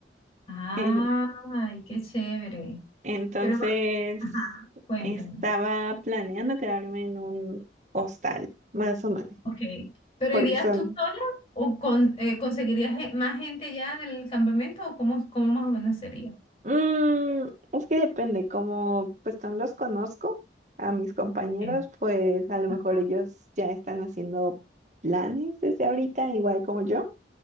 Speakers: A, on the left; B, on the right.
A: ¡Ay,
B: En-
A: qué chévere!
B: entonces,
A: Pero, ajá, cuéntame.
B: estaba planeando quedarme en un hostal, más o menos,
A: Ok, pero
B: porque
A: ¿irías
B: son
A: tú sola o con- eh, conseguirías ge- más gente ya en el campamento o cómo, cómo más o menos sería?
B: Mm, es que depende, como pues no los conozco a mis compañeros,
A: Ok.
B: pues a lo
A: Ajá.
B: mejor ellos ya están haciendo planes desde ahorita, igual como yo.